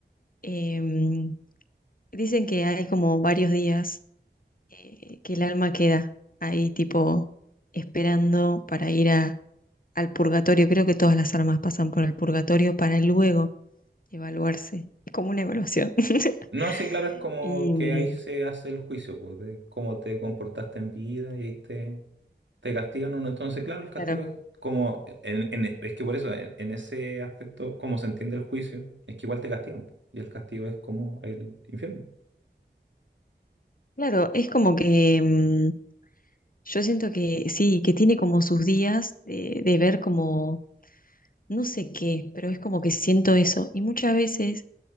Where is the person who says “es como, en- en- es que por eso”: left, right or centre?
Right